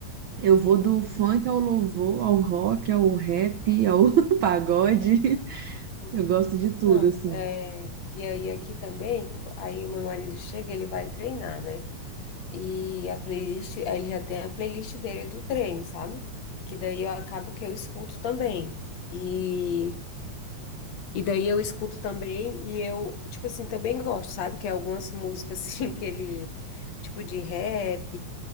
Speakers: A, on the right (about 80°); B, on the left (about 65°).
A: Eu
B: Sim.
A: vou do funk ao louvor, ao rock, ao rap, ao <laughs> pagode.
B: Uhum. Sim.
A: Eu gosto de tudo,
B: Não,
A: assim.
B: é, e aí aqui também, aí o meu marido chega, ele vai treinar, né? E a playlist, aí ele já tem a playlist dele do treino, sabe? Que daí eu acabo que eu escuto também. E, e daí eu escuto também e eu, tipo assim, também gosto, sabe? Que é algumas músicas <laughs> assim que ele, tipo de rap,